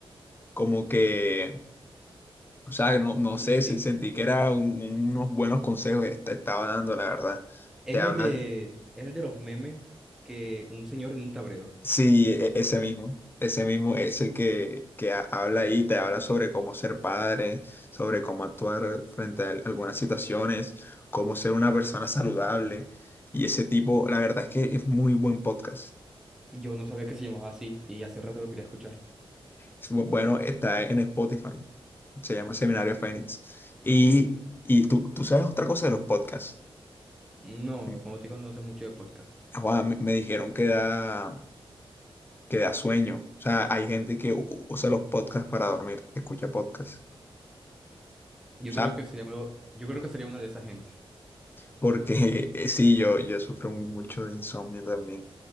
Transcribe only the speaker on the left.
como que, o sea, no, no
sé,
se- sentí que era un- unos buenos consejos que te estaba dando, la verdad.
Te hablas.
Sí, e- ese mismo, ese mismo es el que, que ha- habla ahí, te habla sobre cómo ser padre, sobre cómo actuar frente a al- algunas situaciones, cómo ser una persona saludable. Y ese tipo, la verdad es que es muy buen podcast.
Es bu- bueno, está en Spotify, se llama Seminario Fénix. Y,
y tú, tú sabes otra cosa de los podcasts.
Mm,
joda, me, me dijeron que da, que da sueño. O sea, hay gente que u- usa los podcasts para dormir, escucha podcasts. O
sea,
Porque eh, sí, yo, yo sufro mucho de insomnio también.